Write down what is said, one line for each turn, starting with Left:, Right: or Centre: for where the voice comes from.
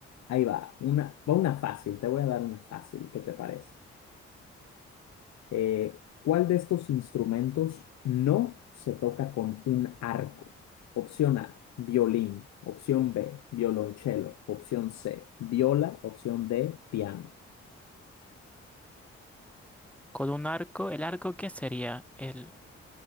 Left: ahí va. Una, va una fácil. Te voy a dar una fácil. ¿Qué te parece? Eh, ¿cuál de estos instrumentos no se toca con un arco? Opción A, violín. Opción B, violonchelo. Opción C, viola. Opción D, piano.
Centre: Con un arco, ¿el arco qué sería? el